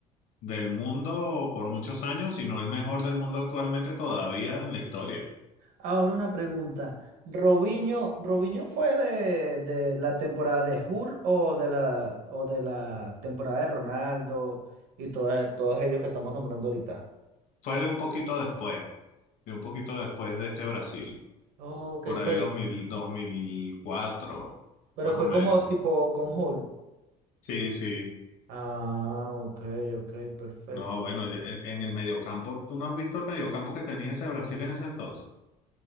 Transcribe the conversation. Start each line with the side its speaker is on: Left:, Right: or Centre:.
Left: del mundo por muchos años, si no el mejor del mundo actualmente todavía en la historia.
Right: Ahora una pregunta. ¿Robinho, Robinho fue de, de la temporada de Hull o de la, o de la temporada de Ronaldo? y todos, todos ellos que estamos nombrando ahorita.
Left: Fue de un poquito después, de un poquito después de este Brasil,
Right: Ok,
Left: por ahí
Right: fue,
Left: 2000, 2004,
Right: pero
Left: más
Right: fue
Left: o menos.
Right: como tipo con Hall.
Left: Sí, sí.
Right: Ah, ok, ok, perfecto.
Left: No, bueno, en, en el mediocampo, ¿tú no has visto el mediocampo que tenía ese Brasil en ese entonces?